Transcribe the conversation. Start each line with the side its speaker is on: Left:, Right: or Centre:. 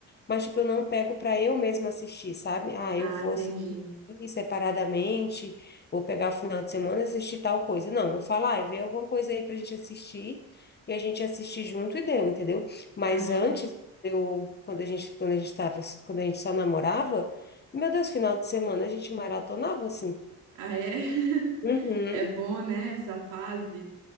Left: Mas, tipo, eu não pego para eu mesma assistir, sabe? Ah,
Right: Ah,
Left: eu vou
Right: entendi.
Left: assistir separadamente, vou pegar o final de semana e assistir tal coisa. Não, eu falo, ah, vê alguma coisa aí pra gente assistir, e a gente assiste junto e deu, entendeu? Mas
Right: Aham.
Left: antes, eu, quando a gente, quando a gente tava, quando a gente só namorava, meu Deus, final de semana a gente maratonava assim.
Right: Ah, é? <laughs>
Left: Uhum.
Right: É bom, né, essa fase?